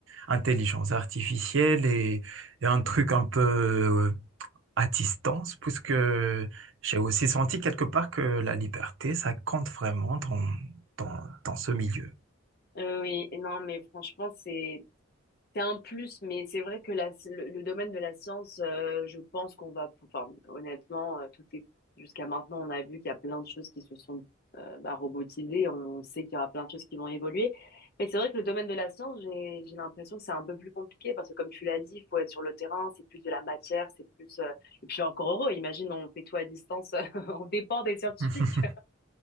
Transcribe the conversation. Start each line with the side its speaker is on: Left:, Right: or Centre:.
Right: intelligence artificielle et, et un truc un peu euh, à distance, puisque j'ai aussi senti quelque part que la liberté, ça compte vraiment dans, dans, dans ce milieu.
Left: Euh, Oui. Et Non, mais franchement, c'est C'est un plus, mais c'est vrai que la, le, le domaine de la science, euh, je pense qu'on va, pou- enfin, honnêtement, euh, tout est, jusqu'à maintenant, on a vu qu'il y a plein de choses qui se sont euh, bah, robotisées, on sait qu'il y aura plein de choses qui vont évoluer, mais c'est vrai que le domaine de la science, j'ai, j'ai l'impression que c'est un peu plus compliqué, parce que comme tu l'as dit, il faut être sur le terrain, c'est plus de la matière, c'est plus, euh, et puis encore heureux, imagine, on fait tout à distance, <laughs> on dépend des scientifiques,
Right: <laughs>